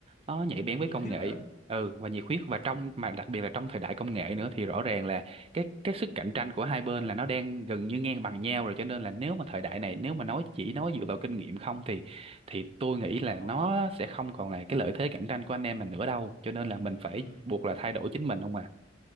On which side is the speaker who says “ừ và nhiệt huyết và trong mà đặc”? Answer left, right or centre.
Right